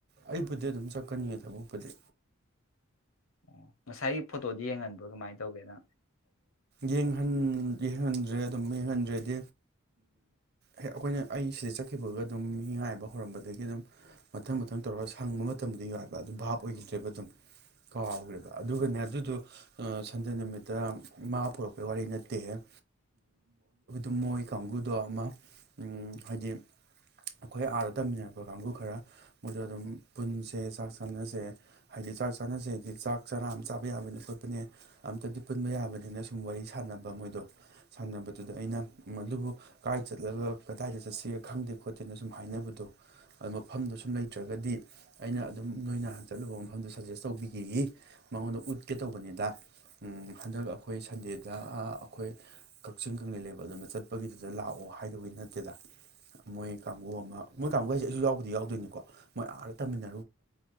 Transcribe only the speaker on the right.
ꯑꯩꯕꯨꯗꯤ ꯑꯗꯨꯝ ꯆꯠꯀꯅꯤ ꯊꯕꯛꯄꯨꯗꯤ
ꯌꯦꯡꯟ ꯌꯦꯡꯍꯟꯗ꯭ꯔꯦ ꯑꯗꯨꯝ ꯌꯦꯡꯍꯟꯗ꯭ꯔꯦ ꯑ ꯍꯦꯛ ꯑꯩꯈꯣꯏꯅ ꯑꯩ ꯁꯤꯗ ꯆꯠꯈꯤꯕꯒ ꯑꯗꯨꯝꯉꯥꯏꯕ ꯍꯧꯔꯝꯕꯗꯒꯤ ꯑꯗꯨꯝ ꯃꯊꯪ ꯃꯊꯪ ꯇꯧꯔꯒ ꯁꯪꯕ ꯃꯇꯝꯗꯗꯤ ꯌꯥꯣ ꯍꯥꯏꯕ ꯑꯗꯨꯝ ꯚꯥꯞ ꯑꯣꯏꯈꯤꯗ꯭ꯔꯦꯕ ꯑꯗꯨꯝ ꯀꯥꯎꯈ꯭ꯔꯦꯕ ꯑꯗꯨꯒꯅꯦ
ꯑꯗꯨꯗꯣ ꯁꯟꯗꯦ ꯅꯨꯃꯤꯠꯇ ꯄꯨꯔꯛꯄꯩ ꯋꯥꯔꯤ ꯅꯠꯇꯦ ꯃꯣꯏ ꯀꯥꯡꯕꯨꯗꯣ ꯑꯃ ꯍꯥꯏꯗꯤ ꯑꯩꯈꯣꯏ ꯑꯥꯗ ꯇꯝꯃꯤꯟꯅꯄ ꯀꯥꯡꯒ ꯈꯔ ꯃꯣꯏꯗꯣ ꯑꯗꯨꯝ ꯄꯨꯟꯁꯦ ꯆꯥꯛ ꯆꯥꯅꯁꯦ ꯍꯥꯏꯗꯤ ꯆꯥꯛ ꯆꯥꯅꯁꯦ ꯍꯥꯏꯗꯤ ꯆꯥꯛ ꯆꯔꯥ ꯑꯃ ꯆꯥꯕ ꯌꯥꯕꯅꯤ ꯈꯣꯠꯄꯅꯦ ꯑꯝꯇꯗꯤ ꯄꯨꯟꯕ ꯌꯥꯕꯅꯤ ꯑꯩꯅ ꯁꯨꯝ ꯋꯥꯔꯤ ꯁꯥꯟꯅꯕ ꯃꯣꯏꯗꯣ ꯁꯥꯟꯅꯕꯗꯨꯗ ꯑꯩꯅ ꯑꯗꯨꯕꯨ ꯀꯗꯥꯥꯏꯗ ꯆꯠꯂꯒ ꯀꯗꯥꯏꯗ ꯆꯠꯁꯤꯒꯦ ꯈꯪꯗꯦ ꯈꯣꯠꯇꯦꯅ ꯁꯨꯝ ꯍꯥꯏꯅꯕꯗꯣ ꯑꯗꯨ ꯃꯐꯝꯗꯣ ꯁꯨꯝ ꯂꯩꯇ꯭ꯔꯒꯗꯤ ꯑꯩꯅ ꯑꯗꯨꯝ ꯅꯣꯏꯅ ꯆꯠꯂꯨꯕ ꯃꯐꯝꯗꯣ ꯁꯖꯦꯁ ꯇꯧꯕꯤꯈꯤ ꯃꯉꯣꯟꯗ ꯎꯠꯀꯦ ꯇꯧꯕꯅꯤꯗ ꯍꯟꯗꯛ ꯑꯩꯈꯣꯏ ꯁꯟꯗꯦꯗ ꯑꯩꯈꯣꯏ ꯀꯛꯆꯤꯡ ꯀꯪꯂꯩ ꯂꯩꯕ ꯑꯗꯨꯃ ꯆꯠꯄꯒꯤꯗꯨꯗ ꯂꯥꯛꯑꯣ ꯍꯥꯏꯗꯕꯒꯤ ꯅꯠꯇꯦꯗ ꯃꯣꯏ ꯀꯥꯡꯕꯨ ꯑꯃ ꯃꯣꯏ ꯀꯥꯡꯕꯨ ꯍꯥꯏꯁꯦ ꯑꯩꯁꯨ ꯌꯥꯎꯕꯨꯗꯤ ꯌꯥꯎꯗꯣꯏꯅꯤꯀꯣ ꯃꯣꯏ ꯑꯥꯔ ꯇꯝꯃꯤꯟꯅ